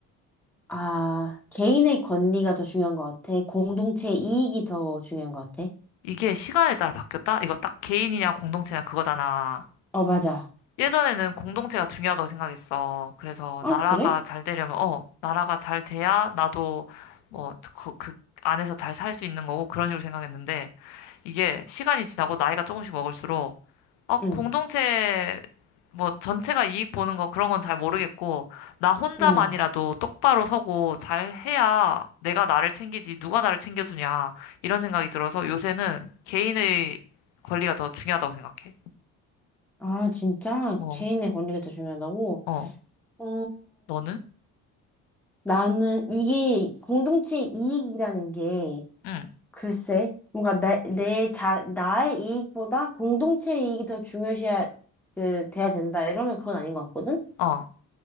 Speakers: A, in the centre; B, on the left (about 80°).
A: 아, 개인의 권리가 더 중요한 것 같아. 공동체의 이익이 더 중요한 것 같아.
B: 이게 시간에 따라 바뀌었다? 이거 딱 개인이냐 공동체냐 그거잖아.
A: 어, 맞아.
B: 예전에는 공동체가 중요하다고 생각했어. 그래서
A: 아,
B: 나라가
A: 그래?
B: 잘 되려면, 어, 나라가 잘 돼야 나도 뭐, 그, 그 안에서 잘 살 수 있는 거고, 그런 식으로 생각했는데, 이게 시간이 지나고 나이가 조금씩 먹을수록, 어,
A: 응,
B: 공동체, 뭐, 전체가 이익 보는 거 그런 건 잘 모르겠고, 나 혼자만이라도
A: 응.
B: 똑바로 서고 잘 해야 내가 나를 챙기지, 누가 나를 챙겨주냐, 이런 생각이 들어서 요새는 개인의 권리가 더 중요하다고 생각해.
A: 아, 진짜?
B: 어,
A: 개인의 권리가 더 중요하다고?
B: 어,
A: 어,
B: 너는?
A: 나는 이게 공동체의 이익이라는 게
B: 응,
A: 글쎄, 뭔가 나, 내 자, 나의 이익보다 공동체의 이익이 더 중요시해야, 그, 돼야 된다. 이러면 그건 아닌 것 같거든?
B: 어,